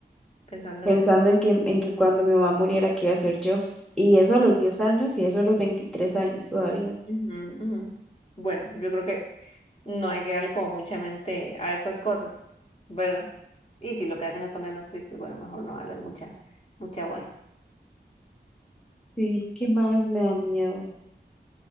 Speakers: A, on the left (about 35°); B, in the centre.
A: pensando
B: pensando
A: en eso.
B: en que, en que cuando mi mamá muriera, ¿qué iba a ser yo? Y eso
A: Ujú,
B: a los 10 años y eso a los veintitrés años todavía.
A: Ujú, ujú. Bueno, yo creo que no hay que darle como mucha mente a estas cosas, ¿verdad? Y si lo que hacen es ponernos tristes, bueno, mejor no darles mucha, mucha bola.
B: Sí, ¿qué más me da miedo?